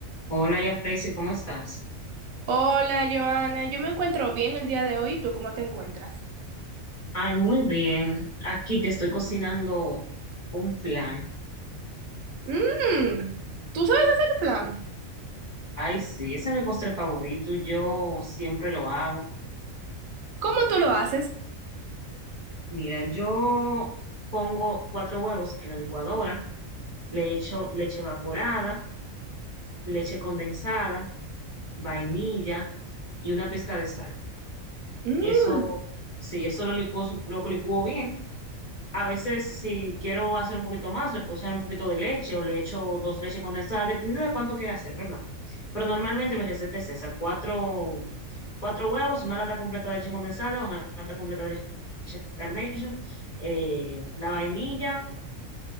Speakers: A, on the left; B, on the right.
A: Hola, ya Freysi, ¿cómo estás?
B: Hola, Joana. Yo me encuentro bien el día de hoy. ¿Y tú cómo te encuentras?
A: Ay, muy bien. Aquí que estoy cocinando un flan.
B: Mmm, ¿tú sabes hacer flan?
A: Ay, sí, ese es mi postre favorito. Yo siempre lo hago.
B: ¿Cómo tú lo haces?
A: Mira, yo pongo cuatro huevos en la licuadora, le echo leche evaporada, leche condensada, vainilla y una pizca de sal.
B: Mmm.
A: Eso, sí, eso lo licuo, su- lo licuo bien A veces, si quiero hacer un poquito más, le puedo echar un poquito de leche o le echo dos leches condensadas, dependiendo de cuánto quiera hacer, ¿verdad? Pero normalmente mi receta es esa, cuatro, cuatro huevos, una lata completa de leche condensada, una lata completa de leche Carnation, eh, la vainilla,